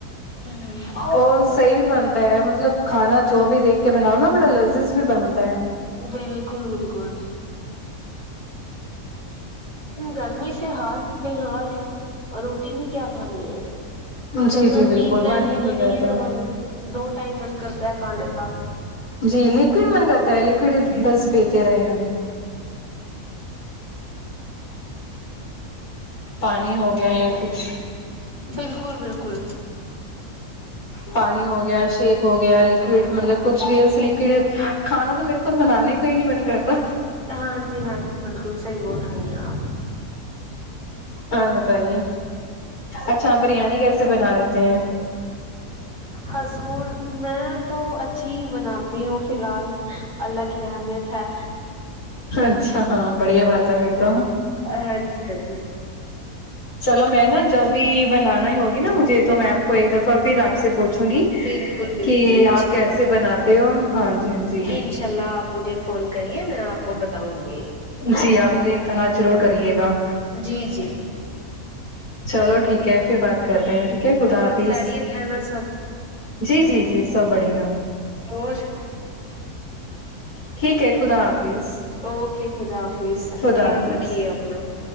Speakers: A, on the right (about 30°); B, on the left (about 75°).
A: جی
B: اور صحیح بھی بنتا ہے مطلب کھانا جو بھی دیکھ کے بناؤ نا بڑا لذیذ بھی بنتا ہے
A: بالکل بالکل گرمی سے ہال بھی بےحال ہے اور روٹی بھی کیا کھانی ہے جہاں
B: جی جی بالکل
A: تین ٹائم
B: من ہی
A: کھانی
B: نہیں رہتا
A: ہے وہاں دو ٹائم من کرتا ہے کھانے کا
B: جی لکوڈ من کرتا ہے لکوڈ بس پیتے رہے ہیں ہم پانی ہو گیا یا کچھ
A: بالکل بالکل
B: پانی ہو گیا شیک ہو گیا لکوڈ مطلب کچھ بھی لکوڈ کھانا تو میرے تو بنانے کو ہی نہیں من کرتا
A: ہاں جی ہاں جی بالکل صحیح بول رہی ہیں آپ
B: اور بتائیے اچھا بریانی کیسے بنا لیتے ہیں
A: حضور میں تو اچھی بناتی ہوں فی الحال اللہ کی رحمیت ہے
B: اچھا ہاں بڑھیا بات ہے پھر تو
A: ہاں جی ہاں جی
B: چلو میں نا جب بھی بنانا ہی ہوگی نا مجھے تو میں آپ کو ایک دفعہ پھر آپ سے پوچھوں گی
A: بالکل بالکل
B: کہ
A: انشاء
B: آپ کیسے
A: اللہ
B: بناتے ہو ہاں جی ہاں جی
A: انشاء اللہ آپ مجھے فون کریے میں آپ کو بتاؤں گی
B: جی آپ مجھے انتلا جرور کریے گا
A: جی جی
B: چلو ٹھیک ہے پھر بات کرتے ہیں ٹھیک ہے خدا
A: اور
B: حافظ
A: خیریت ہے نا سب
B: جی جی جی سب بڑھیا
A: اور
B: ٹھیک ہے خدا حافظ
A: اوکے خدا حافظ
B: خدا
A: دھیان
B: حافظ
A: رکھیے اپنا